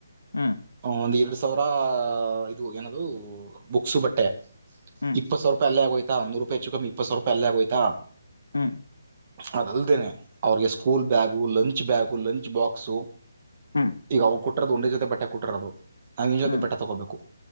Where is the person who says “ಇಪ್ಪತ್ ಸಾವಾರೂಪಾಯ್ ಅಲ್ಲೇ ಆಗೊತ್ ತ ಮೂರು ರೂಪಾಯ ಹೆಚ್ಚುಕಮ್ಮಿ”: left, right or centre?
Right